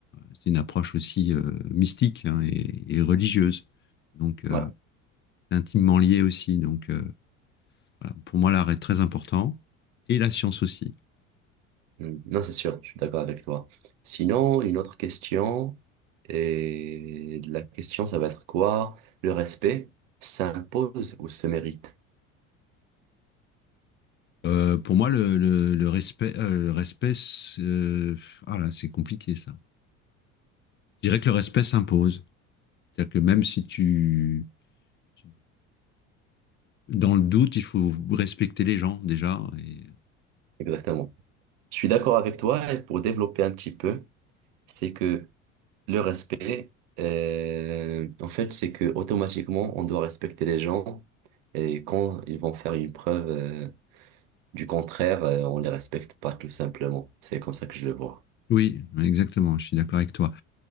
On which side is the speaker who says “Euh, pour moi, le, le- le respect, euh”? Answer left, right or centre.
Left